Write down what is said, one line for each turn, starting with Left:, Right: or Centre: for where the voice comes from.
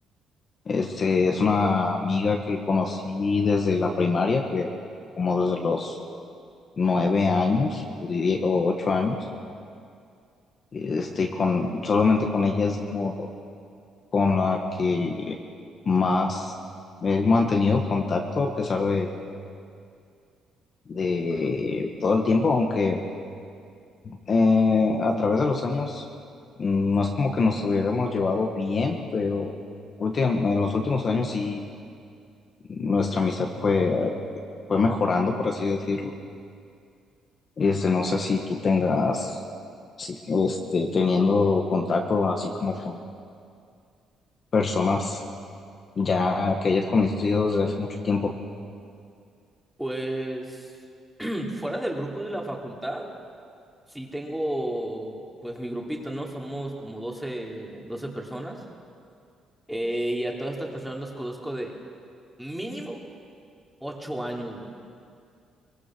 Left: Este es una amiga que conocí desde la primaria, que como desde los nueve años o diría- o ocho años. Este, y con solamente con ella es como con la que más he mantenido contacto a pesar de de todo el tiempo, aunque eh, a través de los años mm, no es como que nos hubiéramos llevado bien, pero últim- en los últimos años sí nuestra amistad fue, fue mejorando, por así decirlo. Este, no sé si tú tengas, si- este, teniendo contacto así como con personas ya que hayas conocido desde hace mucho tiempo.
Centre: Pues <clears throat> fuera del grupo de la facultad, sí tengo pues mi grupito, ¿no? Somos como doce doce personas. Eh, y a todas estas personas las conozco de mínimo 8 años, güey.